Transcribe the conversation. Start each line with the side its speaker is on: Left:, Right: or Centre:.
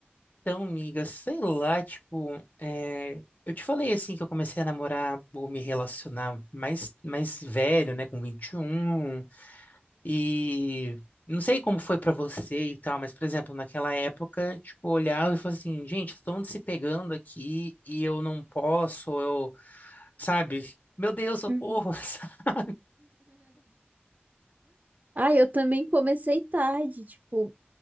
Left: Então, miga, sei lá, tipo, é, eu te falei assim que eu comecei a namorar ou me relacionar mais, mais velho, né, com 21. E não sei como foi pra você e tal, mas, por exemplo, naquela época, tipo, eu olhava e falava assim, gente, estão se pegando aqui e eu não posso, ou eu, sabe? Meu Deus, socorro!
Right: Uhum.
Left: <laughs> sabe?
Right: Ai, eu também comecei tarde, tipo,